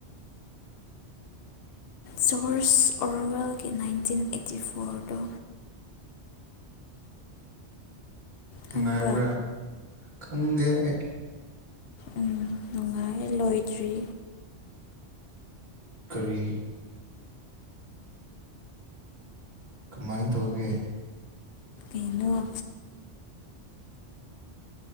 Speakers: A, on the right (about 40°); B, on the left (about 60°).
A: <inaudible>
B: ꯖꯣꯔꯁ ꯑꯣꯔꯋꯦꯜꯒꯤ ꯅꯥꯏꯟꯇꯤꯟ ꯑꯩꯠꯇꯤ ꯐꯣꯔꯗꯣ
A: ꯅꯨꯡꯉꯥꯏꯕ꯭ꯔꯥ
B: ꯈꯪꯕ꯭ꯔꯥ
A: ꯈꯪꯗꯦ ꯑꯩ
B: ꯎꯝ ꯅꯨꯡꯉꯥꯏ ꯂꯣꯏꯗ꯭ꯔꯤ
A: ꯀꯕꯤ ꯀꯃꯥꯏꯅ ꯇꯧꯒꯦ
B: ꯑꯩꯅꯣ